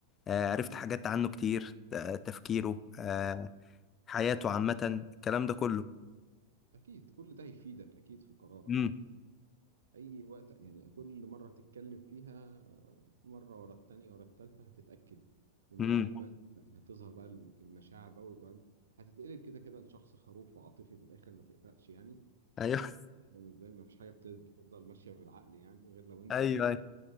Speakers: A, on the left (about 25°); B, on the right (about 75°).
A: آه عرفت حاجات عنه كتير آه تفكيره آه حياته عامة الكلام ده كله
B: أكيد كل ده هيفيدك أكيد في قرارك
A: امم
B: أي وقت يعني كل مرة تتكلم فيها مرة ورا التانية ورا التالتة هتتأكد وبعدين
A: امم
B: ما هتظهر بقى المشاعر بقى وبعدين هتتقلب كده كده لشخص خروف وعاطفي في الآخر ما تقلقش يعني
A: ايوه
B: يعني زي ما فيش حاجة بت- بتفضل ماشية بالعقل يعني غير
A: <laughs>
B: لو أنت
A: ايوه
B: بقى
A: ايوه